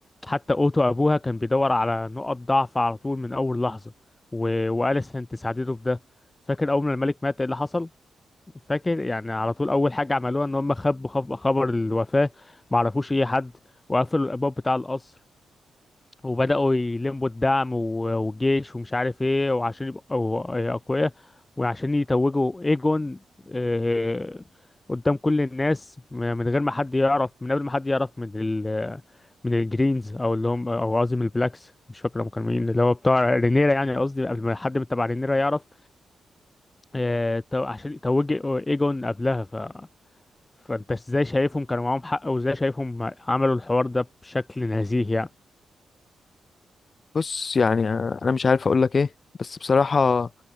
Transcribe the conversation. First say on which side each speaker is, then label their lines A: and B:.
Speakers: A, on the left; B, on the left.
A: حتى اوتو ابوها كان بيدور على نقط ضعف على طول من اول لحظه و... واليسنت ساعدته في ده فاكر اول ما الملك مات ايه اللي حصل فاكر يعني على طول اول حاجه عملوها ان هم خبوا خب- خبر الوفاه ما عرفوش اي حد وقفلوا الابواب بتاع القصر وبدأوا يلموا الدعم و- والجيش ومش عارف ايه وعشان يبقوا أقوياء وعشان يتوجوا ايجون آه، قدام كل الناس م- من غير ما حد يعرف من قبل ما حد يعرف من ال من الجرينز او اللي هم او قصدي من البلاكس مش فاكر هم كانوا مين اللي هو بتاع رينيرا يعني قصدي قبل ما حد من تبع رينيرا يعرف آه، تو- عشان يتوج ايجون قبلها ف فانت ازاي شايفهم كانوا معاهم حق وازاي شايفهم عملوا الحوار ده بشكل نزيه يعني
B: بص يعني آه، انا مش عارف اقول لك ايه بس بصراحة